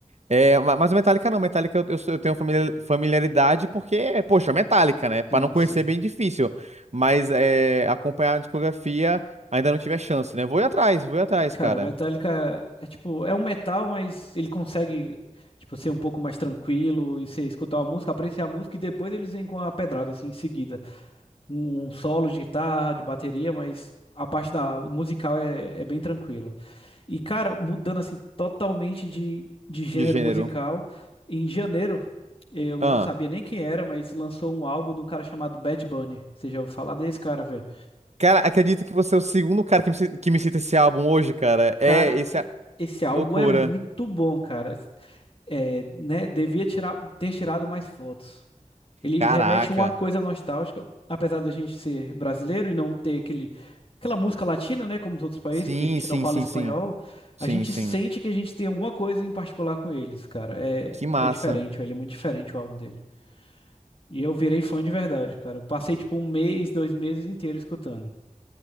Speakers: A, on the right; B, on the left.
A: É, ma- mas o Metallica não. Metallica eu, eu, sou- eu tenho familia- familiaridade porque, poxa, Metallica, né? Pra
B: Sim,
A: não conhecer
B: sim.
A: é bem difícil. Mas é, acompanhar a discografia ainda não tive a chance, né? Vou ir atrás, vou ir atrás,
B: Cara,
A: cara.
B: Metallica é tipo, é um metal, mas ele consegue, tipo, ser um pouco mais tranquilo e você escutar uma música, apreciar a música e depois eles vêm com a pedrada, assim, em seguida. Um, um solo de guitarra, de bateria, mas a parte da musical é, é bem tranquila. E, cara, mudando, assim, totalmente de, de gênero
A: De gênero.
B: musical, em janeiro, eu
A: Ah.
B: não sabia nem quem era, mas lançou um álbum do cara chamado Bad Bunny. Você já ouviu falar desse cara, velho?
A: Cara, acredita que você é o segundo cara que me, ci- que me cita esse álbum hoje, cara?
B: Cara,
A: É,
B: e-
A: esse. a-
B: esse álbum
A: Loucura.
B: é muito bom, cara. É, né, devia tirar, ter tirado mais fotos. Ele
A: Caraca.
B: remete a uma coisa nostálgica, apesar da gente ser brasileiro e não ter aquele, aquela música latina, né, como os outros países,
A: Sim,
B: porque a gente
A: sim,
B: não fala
A: sim,
B: espanhol,
A: sim. Sim,
B: a gente
A: sim.
B: sente que a gente tem alguma coisa em particular com eles, cara. É,
A: Que massa.
B: é diferente, velho, é muito diferente o álbum dele. E eu virei fã de verdade, cara. Eu passei tipo um mês, dois meses inteiro escutando.